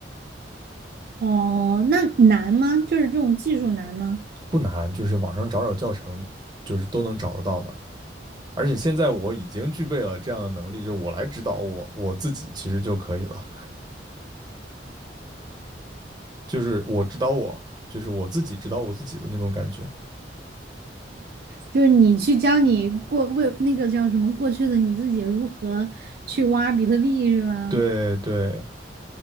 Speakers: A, on the right (about 55°); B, on the right (about 25°).
A: 哦，那难吗？就是这种技术难吗？
B: 不难，就是网上找找教程，就是都能找得到的。而且现在我已经具备了这样的能力，就是我来指导我我自己其实就可以了，就是我指导我，就是我自己指导我自己的那种感觉。
A: 就是你去教你过为那个叫什么过去的你自己如何去挖比特币是吗？
B: 对对，